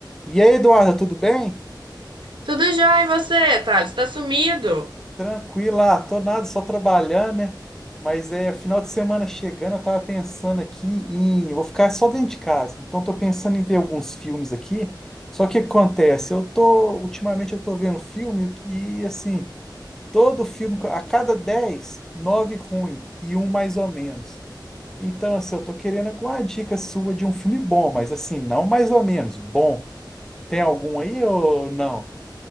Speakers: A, in the centre; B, on the right (about 80°).
A: E aí, Eduarda, tudo bem?
B: Tudo já, e você, Thales? Tá sumido?
A: Tranquila, tô nada, só trabalhando, né? Mas é final de semana chegando, eu tava pensando aqui em. Eu vou ficar só dentro de casa, então tô pensando em ver alguns filmes aqui. Só que o que acontece? Eu tô. Ultimamente eu tô vendo filme e, assim, todo filme, a cada 10, 9 ruim e um mais ou menos. Então, assim, eu tô querendo alguma dica sua de um filme bom, mas assim, não mais ou menos, bom. Tem algum aí ou não?